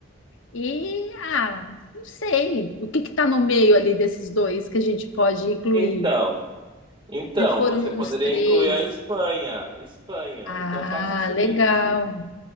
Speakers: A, on the left; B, on the right.
A: E, ah, não sei, o que que tá no meio ali desses dois que a gente pode incluir?
B: Então, Então,
A: Se foram
B: você poderia
A: uns três.
B: incluir a Espanha. Espanha.
A: Ah,
B: Então faça o seguinte,
A: legal.